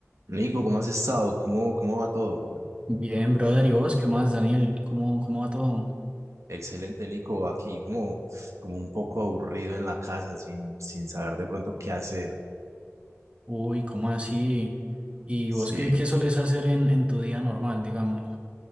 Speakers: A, on the right; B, on the right.
A: Nico, ¿cómo has estado? ¿Cómo, cómo va todo?
B: Bien, brother, ¿y vos qué más, Daniel? ¿Cómo, cómo va todo?
A: Excelente, Nico, aquí como, como un poco aburrido en la casa sin, sin saber de pronto qué hacer.
B: Uy, ¿cómo así? ¿Y
A: Sí.
B: vos qué, qué solés hacer en, en tu día normal, digamos?